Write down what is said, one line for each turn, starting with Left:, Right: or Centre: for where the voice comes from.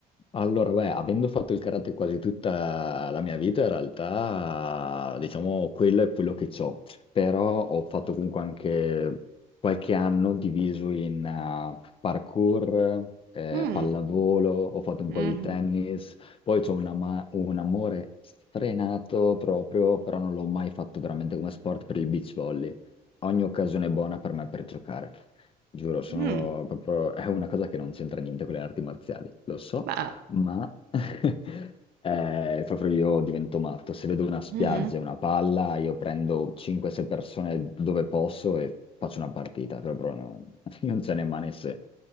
Left: Allora, beh, avendo fatto il karate quasi tutta la mia vita, in realtà, diciamo, quello è quello che ho. Però ho fatto comunque anche qualche anno diviso in eh, parkour, eh,
Right: Mm,
Left: pallavolo, ho fatto un
Right: mhm,
Left: po' di tennis, poi ho un ama- un amore sfrenato proprio, però non l'ho mai fatto veramente come sport per il beach volley. Ogni occasione è buona per me per giocare. Giuro, sono
Right: mm,
Left: proprio... è una cosa che non c'entra niente con le arti marziali, lo so,
Right: beh,
Left: ma <laughs> eh, proprio io divento matto. Se vedo una spiaggia,
Right: mhm,
Left: una palla, io prendo 5-6 persone dove posso e faccio una partita. Proprio non, <laughs> non ce n'è mani se.